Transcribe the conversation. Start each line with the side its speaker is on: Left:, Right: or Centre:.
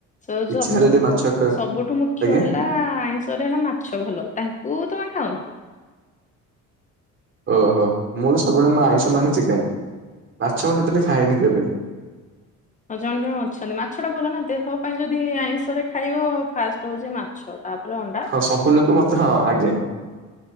Left: ଯୋଉ
Right: ଇଚ୍ଛା
Left: ସବୁ
Right: ହେଲେ ଟିକେ ମାଛ ଖା
Left: ସବୁଠୁ ମୁଖ୍ୟ
Right: ଆଜ୍ଞା
Left: ହେଲା ଆଇଁଷରେ ହେଲା ମାଛ ମାଛ ଭଲ ତାଙ୍କୁ ତମେ ଖାଉନ।
Right: ଓହୋ ମୁଁ ତ ସବୁବେଳେ ମୋ ଆଇଁଷ ମାନେ ଚିକେନ ମାଛ ମୁଁ ଟୋଟାଲି ଖାଏନି କେବେ।
Left: ହଁ ଜଣେ ଜଣେ ଅଛନ୍ତି ମାଛ ଟା ଭଲ ନା ଦେହ ପାଇଁ ଯଦି ଆଇଁଷରେ ଖାଇବ ଫାଷ୍ଟ ହଉଛି ମାଛ। ତାପରେ ଅଣ୍ଡା।
Right: ହଁ ସବୁ ଲୋକ ମତ ହଁ ଆଜ୍ଞା